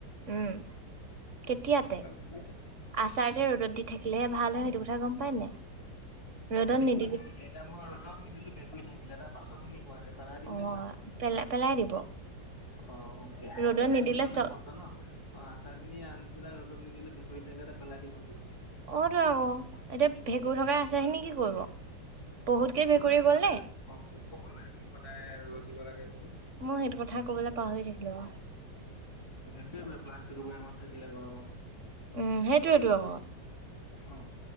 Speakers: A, on the right; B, on the left.
A: উম, কেতিয়াতে?
B: তাৰপা ভেকুৰি থাকি
A: আচাৰ যে ৰ'দত দি থাকিলেহে ভাল হয় সেইটো কথা গম পায় নাই ৰ'দত
B: ভেকুই
A: নিদি
B: থাকিলে এতিয়া মই ৰদত নিদিলোঁ ভেকুই থাকিলে তাৰ পাছত তুমি কোৱা এতিয়া পেলাই দিম
A: অ',
B: নে খাম
A: পেলাই পেলাই দিব
B: অ অকে হক
A: ৰ'দত
B: সেইটো
A: নিদিলে
B: সিমানতে
A: চ
B: সমাপ্ত ন অ আচাৰ খিনি আনিছিলে ৰ'দত নিদিলে ভেকুৰী থাকিলে এটা পেলাই দিম আজি
A: অতো আক এতিয়া ভেঁকুৰি থকা আচাৰ খিনি কি কৰিব বহুতকে
B: ত ক'ব
A: ভেঁকুৰি
B: লাগে মোক
A: গ'ল নে
B: যে অ ক'ব লাগে মোক সদায় ৰ'দ দিব লাগে বুলি
A: মই সেইটো কথা কবলে পাহৰি থাকিলো
B: ভেকুৰিবই প্লাষ্টিকৰ বয়ামত থাকিলে গৰমত
A: উম সেইটোৱে টো আক
B: অ